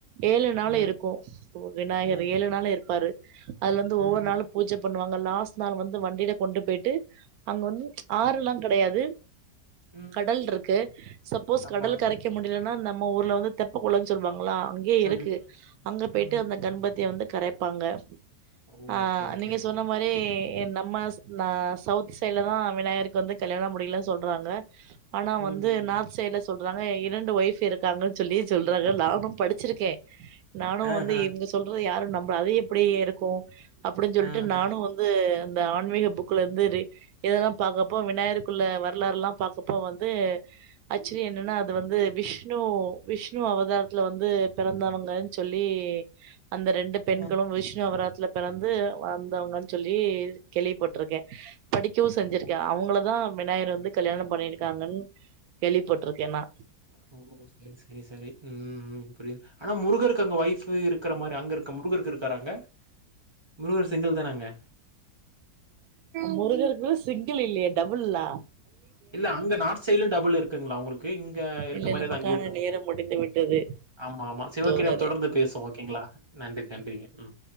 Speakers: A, on the right; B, on the right.
A: ஏழு நாளு
B: ம்,
A: இருக்கு விநாயகர்
B: ம்,
A: ஏழு
B: ம்,
A: நாளு இருப்பாரு அது வந்து
B: ம்,
A: ஒவ்வொரு
B: ம்,
A: நாளு பூஜ பண் வாங்க லாஸ்இட் நாள் வந்து வண்டில கொண்டு போயிட்டு அங்க வந்து ஆறுல்லா கெடையாது
B: ம்.
A: கடல் இருக்கு சப்போஸ்
B: ஆமா.
A: கடல் கரைக்க முடிய இல்ல நம்ம ஊர்ல வந்து தெப்ப குளம்ன்னு சொல்லுவாங்களா அங்கயே இருக்கு
B: ம், ம்,
A: அங்க போயிட்டு
B: ம், ம்.
A: அந்த கண்பதிய வந்து கரைப்பாங்க
B: ஓ,
A: அ
B: ஓகே, ஓகே,
A: நீங்க
B: ஓகே.
A: சொன்ன மாரி நம்ம ஸ் நா சவுத் சைட்ல தா விநாயகருக்கு வந்து கல்யாணம் முடியலன்னு சொல்றாங்க ஆனா
B: ம்,
A: வந்து
B: ம்,
A: நார்த்
B: ம்.
A: சைடுல சொல்றாங்க இரண்டு ஒயஃப் இருக்காங்கள் சொல்லி சொல்றாங்க
B: இருக்காங்க.
A: நானும் படிச்சிருக்கே நானும்
B: ஆஹா,
A: வந்து இவங்க சொல்றது யாரும் நம் அது எப்டி இருக்கு அப்டின்னு சொல்லிட்டு
B: ஆஹா.
A: நானும் வந்து இந்த ஆன்மீக புக்குல இருந்து இதெல்லா பாக்ரப்போ விநாயகர்க்குள்ள வரலாறு எல்லா பாக்கப்போ வந்து அக்சுலி என்னன்னா அது வந்து விஷ்ணு விஷ்ணு அவதாரத்துல வந்து பிறந்தவங்கன்னு சொல் ல்லி அந்த ரெண்டு பெண்களும்
B: ம்,
A: விஷ்ணு அவராத்துல பெறந்து வந்தவங்கன்னு சொல்லி கேள்விப்பட்டிருக்கே
B: ம்.
A: படிக்கவு செஞ்சிருக்கே
B: ஓ,
A: அவங்கள தா விநாயகர் வந்து கல்யாணம் பண்ணியிருக்காங்கன்னு கேள்வி பட்டிருக்கே நா
B: ஓ செரி செரி செரி ம் புரியுது ஆனா முருகருக்கு அங்க ஒயஃப் இருக்கிற மாரி அங்க இருக் முருகருக்கு இருக்காராங்க முருகர் சிங்கிள் தானா அங்க
A: முருகருக்கு சிங்கிள் இல்லியே டபுள்ல்லா
B: இல்ல அங்க நார்த் சைடலும் டபுள் இருக்குங்களா உங்களுக்கு இங்க இருக்க
A: இல்லை
B: மாரியே
A: நமக்கான
B: தா அங்கேய இருக்க முரு
A: நேரம் முடிந்து விட்டது
B: ஆமா ஆமா சிவகிராம்
A: தோழரே.
B: தொடர்ந்து பேசோம் ஓகேங்களா நன்றி நன்றிங்க ம்